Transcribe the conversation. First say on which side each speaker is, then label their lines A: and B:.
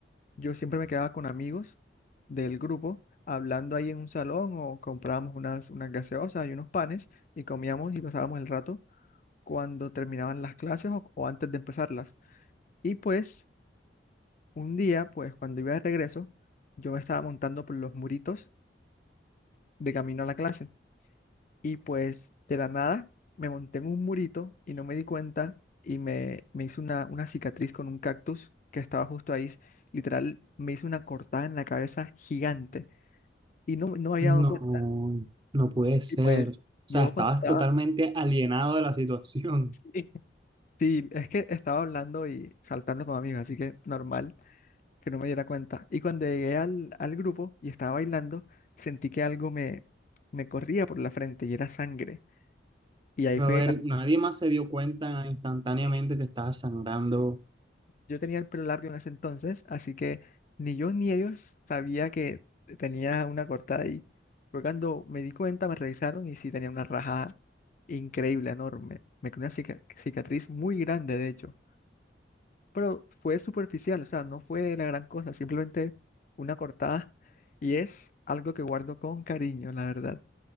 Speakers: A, on the left; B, on the right.
A: Yo siempre me quedaba con amigos del grupo hablando ahí en un salón o comprábamos unas, unas gaseosas y unos panes y comíamos y pasábamos el rato cuando terminaban las clases o, o antes de empezarlas. Y pues un día, pues cuando iba de regreso, yo me estaba montando por los muritos de camino a la clase y pues de la nada me monté en un murito y no me di cuenta y me, me hice una, una cicatriz con un cactus que estaba justo ahí. Literal, me hice una cortada en la cabeza gigante. y no, no me había
B: No,
A: dado cuenta.
B: no puede ser.
A: Y pues
B: O sea,
A: yo
B: estabas
A: cuando estaba,
B: totalmente alienado de la situación.
A: <laughs> sí, es que estaba hablando y saltando con amigos, así que normal que no me diera cuenta. Y cuando llegué al, al grupo y estaba bailando, sentí que algo me, me corría por la frente y era sangre.
B: <laughs>
A: Y ahí
B: Pero
A: fue,
B: a ver, nadie más se dio cuenta instantáneamente
A: es que
B: que estabas sangrando
A: yo tenía el pelo largo en ese entonces, así que ni yo ni ellos sabía que tenía una cortada ahí. Fue cuando me di cuenta, me revisaron y sí tenía una rajada increíble, enorme. Me quedó una cica- cicatriz muy grande, de hecho. Pero fue superficial, o sea, no fue la gran cosa, simplemente una cortada y es algo que guardo con cariño, la verdad.